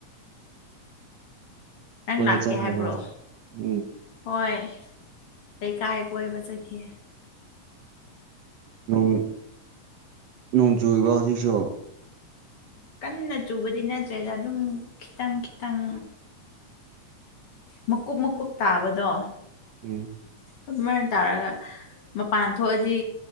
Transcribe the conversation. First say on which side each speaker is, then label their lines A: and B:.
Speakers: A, on the left; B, on the right.
A: ꯅꯪ
B: ꯀꯣꯏꯕ
A: ꯂꯥꯛꯀꯦ
B: ꯆꯠꯈ꯭ꯔꯕꯣ
A: ꯍꯥꯏꯕ꯭ꯔꯣ
B: ꯎꯝ
A: ꯍꯣꯏ ꯂꯩꯀꯥꯏ ꯀꯣꯏꯕ ꯆꯠꯈꯤ
B: ꯅꯣꯡ ꯅꯣꯡ ꯆꯨꯔꯤꯕ ꯍꯧꯖꯤꯛꯁꯨ
A: ꯀꯟꯅ ꯆꯨꯕꯗꯤ ꯅꯠꯇ꯭ꯔꯦꯗ ꯑꯗꯨꯝ ꯈꯤꯇꯪ ꯈꯤꯇꯪ ꯃꯀꯨꯞ ꯃꯀꯨꯞ ꯇꯥꯕꯗꯣ
B: ꯎꯝ
A: ꯑꯗꯨꯃꯥꯏꯅ ꯇꯥꯔꯒ ꯃꯄꯥꯟ ꯊꯣꯛꯑꯗꯤ